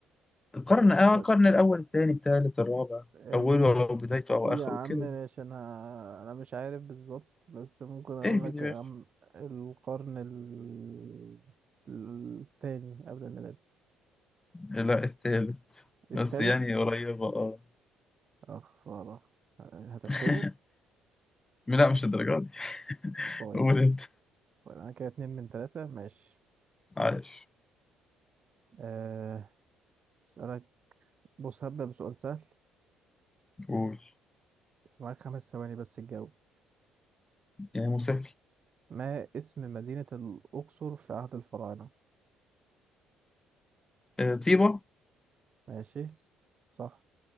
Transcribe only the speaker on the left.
القرن اه
القرن الأول الثاني الثالث الرابع
أوله أو بدايته أو
آخره
كده
إيه بدي
باشا
لا الثالث
بس يعني قريبة اه
<laughs> لا مش الدرجات دي
قول أنت
عايش
قول
يعني مسهل
أه طيبة